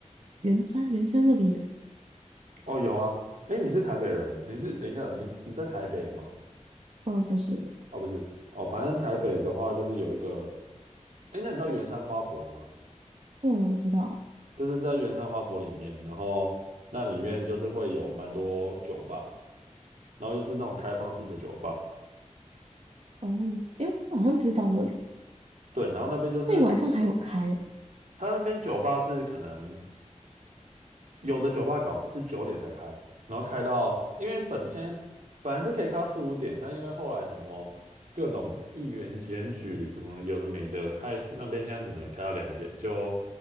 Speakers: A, on the right (about 55°); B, on the right (about 80°).
A: 圆山圆山那里有，
B: 哦，有啊，哎，你是台北人吗你是诶应该有你你在台北吗？
A: 呃，不是，
B: 哦，不是，哦，反正台北的话就是有一个，哎，那你知道圆山花博吗？
A: 嗯，我知道，
B: 就是在圆山花博里面，然后那里面就是会有蛮多酒吧，然后就是那种开放式的酒吧，
A: 哦，诶，我好像知道那里，
B: 对，然后那边就是
A: 那里晚上还有开哦，
B: 它那边酒吧是可能。有的酒吧搞是九点才开，然后开到，因为本先本来是可以开到四五点，但因为后来什么各种议员检举什么有的没的，害那边现在只能开到两点，就